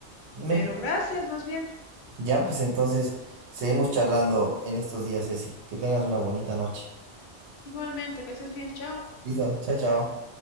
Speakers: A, on the right; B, on the left.
A: Me-
B: Pero gracias más bien.
A: ya, pues entonces seguimos charlando en estos días, Ceci. Que tengas una bonita noche.
B: Igualmente, que estés bien, chao.
A: Listo, chao, chao.